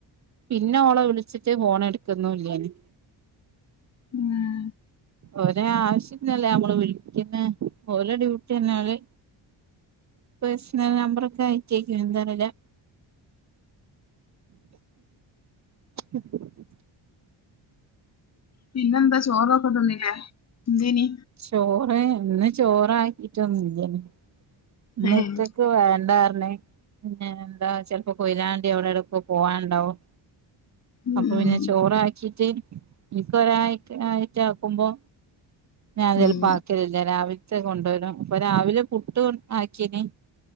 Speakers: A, on the right; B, on the left.
A: പിന്ന ഓള വിളിച്ചിട്ട് ഫോണെടുക്കുന്നൂല്ല്യാന്
B: ഉം
A: ഒരേ ആവശ്യത്തിനല്ലേ നമ്മള് വിളിക്കുന്നെ ഓല ഡ്യൂട്ടിയഞ്ഞാല് പേഴ്സണൽ നമ്പറൊക്കെ അയച്ചേക്ക് എന്താ അറീല്ല <unintelligible>
B: പിന്നെന്താ ചോറോക്ക തിന്നില്ലേ എന്തേനീ
A: ചോറ് ഇന്ന് ചോറാക്കീട്ടൊന്നുല്ല്യേനി ഇന്നിക്കക്ക്
B: ഏഹ്
A: വേണ്ടാറ്ഞ്ഞ് പിന്നെ എന്താ ചെൽപ്പോ കൊയിലാണ്ടി അവിടെ എവിടേക്കോ പോവാന്ണ്ടാവും
B: ഉം
A: അപ്പൊ പിന്നെ ചോറാക്കീറ്റ് ഇന്ക്ക് ഒരായിക്ക് ആയിറ്റ് ആക്കുമ്പോ ഞാൻ ചെൽപ്പോ
B: ഉം
A: ആക്കലില്ല രാവിൽത്തെ കൊണ്ടോരും അപ്പൊ രാവിലെ പുട്ട് കൊൺ ആക്കീനി